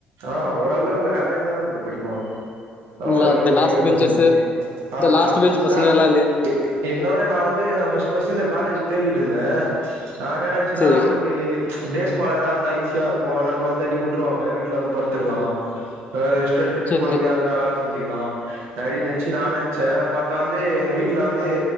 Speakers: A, on the right; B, on the left.
A: ஆஹ் ஓரளவு ஆவரேஜாதா ப்ரோ படிப்போ ஆ
B: இல்ல
A: ஓரளவு
B: இந்த
A: படிக்கிற
B: லாஸ்ட் பெஞ்சஸ்
A: பசங்க ஆனா
B: இந்த
A: லாஸ்ட்
B: பெஞ்ச்
A: பென்ச்னா
B: பசங்க எல்லாம் இல்லையா
A: எ என்னோட நா வந்து நா ஃபர்ஸ்ட் ஃபர்ஸ்ட் இந்த காலேஜ் தேடிட்டு இருந்தே நா என்ன நெனைச்சன்னா
B: சரி
A: நம்மளுக்கு டேஸ் காலரா இருந்தா ஈஸியா இருக்கு ஏன்னா டுவல் தேர்ட்டிக்கு விட்ருவாங்க வீட் ல வந்து படுத்துக்கலா கொஞ்சநேரோ ரெஸ்ட் எடுத்துட்டு
B: சரி
A: பொறுமையா
B: சரி
A: எதுனா வேல செஞ்சுக்கலா அப்டின் நென்ச்சு நா நென்ச்சே பாத்தா வந்து எங்க வீட்ல வந்து